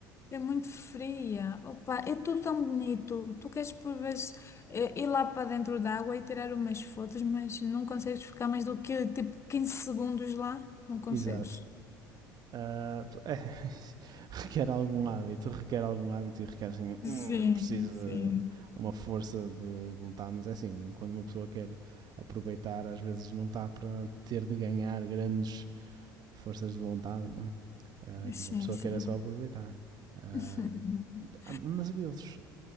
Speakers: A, on the left; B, on the right.
A: É muito fria. Opa, é tudo tão bonito. Tu queres por vezes eh, ir lá para dentro da água e tirar umas fotos, mas não consegues ficar mais do que tipo 15 segundos lá. Não consegues.
B: Exato. Ah, é, <laughs> requer algum hábito, requer algum hábito e requer assim, hum,
A: Sim,
B: precisa
A: sim.
B: de, de uma força de vontade, mas é assim, quando uma pessoa quer aproveitar, às vezes não está para ter de ganhar grandes forças de vontade, não é? Ah,
A: Sim,
B: uma pessoa
A: sim.
B: quer é só aproveitar. Ah,
A: <laughs>
B: ah, mas havia outros